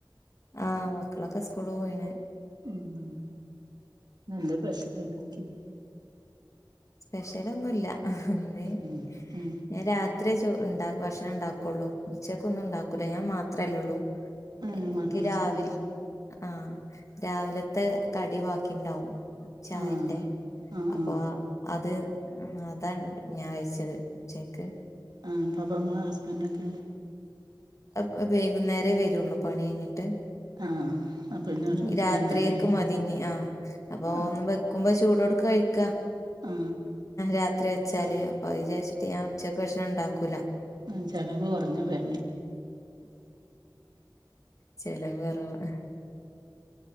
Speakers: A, on the left; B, on the right.
A: ആഹ് മക്കളൊക്കെ സ്കൂള് പോയിന്.
B: ഉം എന്താ <unintelligible>
A: സ്പെഷ്യലൊന്നുല്ല ഇന്ന്
B: ഉം ഉം
A: ഞാൻ രാ ഇത്രേ ചോർ ഉണ്ടാ ഭക്ഷണം ഉണ്ടാക്കയുള്ളൂ ഉച്ചക്ക് ഒന്നും ഉണ്ടാക്കൂല ഞാൻ മാത്രമല്ലേ ഉള്ളൂ
B: ആഹ്
A: എനിക്ക്
B: മക്കള്
A: രാവിൽ
B: സ്കൂൾ പോ
A: ആഹ് രാവിലെ ത്തെ കടിവാക്കിണ്ടാവും ചായന്റെ
B: ആഹ് ആഹ്
A: അപ്പൊ
B: ആഹ്
A: അത് അതാണ് ഞാൻ കയിച്ചത് ഉച്ചക്ക്
B: ആഹ് അപ്പ മാ ഹസ്ബൻ്റൊക്കെയോ
A: അ വൈകുന്നേരേ വരുള്ളൂ പണി കഴിഞ്ഞിട്ട്.
B: ആ അപ്പം ഇന്ന്
A: ഉം രാത്രിയക്ക്
B: വൈകുന്നേരം ഉണ്ടാക്കിയത്
A: മതിഞ്ഞി ആഹ് അപ്പൊ
B: ആ
A: ഒന്ന് വെക്കുമ്പോ ചൂടോട് കഴിക്കാ
B: ആ
A: രാത്രി വെച്ചാല് അപ്പൊത് വിചാരിച്ചിട്ട് ഞാൻ ഉച്ചക്ക് ഭക്ഷണം ഉണ്ടാക്കൂല.
B: ഉം ചെലവ് കുറഞ്ഞുല്ലേ
A: ചിലവ് കുറവാ